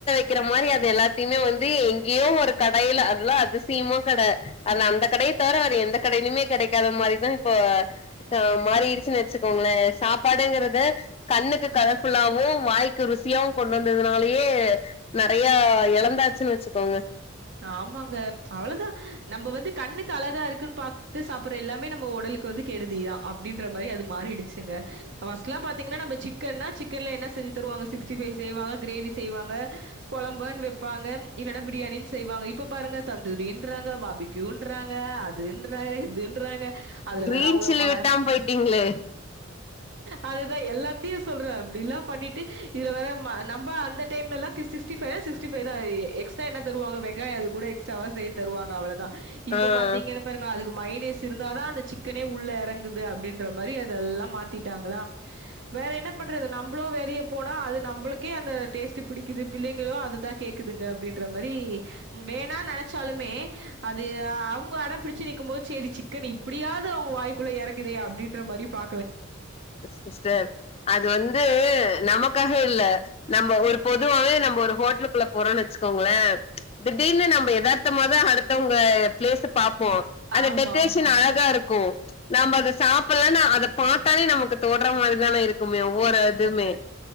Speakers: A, on the left; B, on the right.
A: விக்கிற மாதிரி அது எல்லாத்தையுமே வந்து எங்கேயோ ஒரு கடையில அதுல்லா அதிசீமா கடை ஆன அந்த கடைய தரவ வேற எந்த கடையிலுமே கிடைக்காத மாரிதா இப்ப ஆ மாறிடுச்சுன்னு வச்சுக்கோங்களே சாப்பாடுங்கறத கண்ணுக்கு கலர்ஃபுல்லாவு வாய்க்கு ருசியாவு கொண்டு வந்ததுனாலயே நெறைய இழந்தாச்சுன்னு வச்சுக்கோங்க
B: ஆமாங்க அவ்வளவுதா நம்ம வந்து கண்ணுக்கு அழகா இருக்குன்னு பாத்துட்டு சாப்பிடுற எல்லாமே நம்ம உடலுக்கு இப்ப வந்து கெடுதிதா அப்டின்ற மாதிரி அது மாறிடுச்சுங்க ஃபஸ்ட்லா பாத்தீகன்னா நம்ம சிக்கன்னா சிக்கன்ல என்ன செஞ்சு தருவாங்க சிக்ஸ் சிக்ஸ்டீ ஃபைவ் செய்வாங்க கிரேவி செய்வாங்க குழம்பன்னு பாங்க இல்லனா பிரியாணி செய்வாங்க இப்ப பாருங்க தந்தூரின்றாங்க பாபிக்யூன்றாங்க அதுன்றாங்க இதுன்றாங்க அதுல
A: கிரீன்
B: வேற அவ்வளோ
A: சில்லி
B: மொ
A: விட்டாம போயிட்டீங்களே
B: அது அதா எல்லாத்தையு சொல்றே அப்டில்லா பண்ணிட்டு இதுல வேற நம்ம அந்த டைம்ல எல்லா கிசு கிஸ் சிக்ஸ்டி ஃபைவ்னா சிக்ஸ்டி ஃபைவ் தா எக்ஸ்ட்ரா என்ன தருவாங்க வெங்காயோ அது கூட எக்ஸ்ட்ராவா சேத் தருவாங்க அவ்ளோ தா இப்ப
A: ஆ
B: பாத்தீங்கன்ன பாருங்க அதுக்கு மைனேஸ் இருந்தாதா அந்த சிக்கனே உள்ள எறங்குது அப்படின்ற மாதிரி அதெல்லா மாத்திட்டாங்களா வேற என்ன என்ன பண்றது நம்மளு வெளிய போனா அது நம்மளுக்கே அந்த டேஸ்டே பிடிக்குது பிள்ளைங்களு அத தா கேக் குதுங்க அப்படின்ற வேணா நினைச்சாலுமே அது அவங்க அடம் புடிச்சி நிக்கு போது சரி சிக்குனு அப்படியாது அவங்க வாய்க்குள்ள எறங்குதே அப்டின்ற மாரி பா
A: சிஸ்டர் அது வந்து நமக்காக இல்ல நம்ம ஒரு பொதுவாவே நம்ம ஒரு ஹோட்டலுக்குள்ள போறோம்னு வச்சுக்கோங்களே திடீர்னு நம்ம எதார்த்தமாதா அடுத்தவங்க பிளேஸ்ஸ பாப் ஓ அந்த
B: ஆமா,
A: டெக்கரேஷன்
B: ஆமா, ஆமா.
A: அழகா இருக்கும் நம்ம அத சாப்புலானு அத பாத்தாலே நமக்கு தோன்ற மாரிதான இரு க்குமே ஒவ்வொரு இதுவுமே
B: க